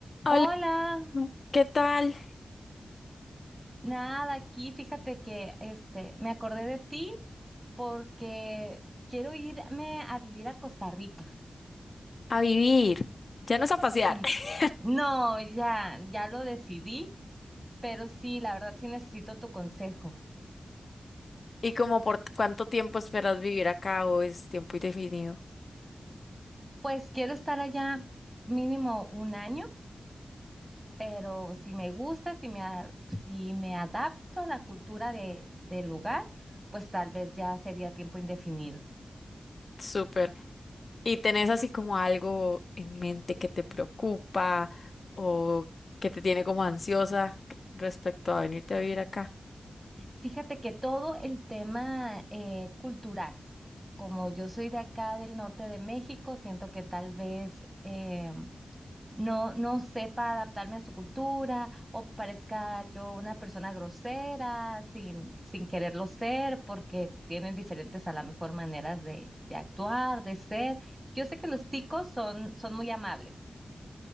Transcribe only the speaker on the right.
Hola,
nada, aquí fíjate que este me acordé de ti porque quiero irme a vivir a Costa Rica.
Sí.
No, ya, ya lo decidí, pero sí, la verdad sí necesito tu consejo.
Pues quiero estar allá mínimo un año, pero si me gusta, si me a- si me adapto a la cultura de del lugar, pues tal vez ya sería tiempo indefinido.
Fíjate que todo el tema eh, cultural, como yo soy de acá del norte de México, siento que tal vez eh, no, no sepa adaptarme a su cultura o parezca yo una persona grosera sin, sin quererlo ser, porque tienen diferentes a lo mejor maneras de, de actuar, de ser. Yo sé que los ticos son, son muy amables.